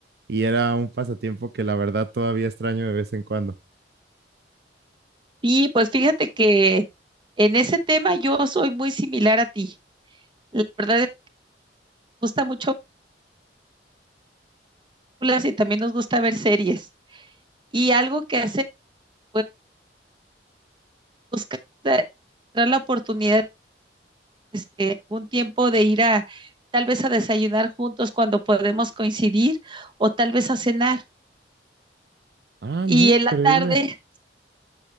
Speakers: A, on the right; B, on the right.
A: y era un pasatiempo que la verdad todavía extraño de vez en cuando.
B: Sí, pues fíjate que en ese tema yo soy muy similar a ti. La verdad es que nos gusta mucho películas y también nos gusta ver series. Y algo que hace, pues, buscar la encontrar la oportunidad, este, un tiempo de ir a, tal vez a desayunar juntos cuando podemos coincidir, o tal vez a cenar.
A: Ah,
B: Y
A: mira,
B: en
A: increíble.
B: la tarde,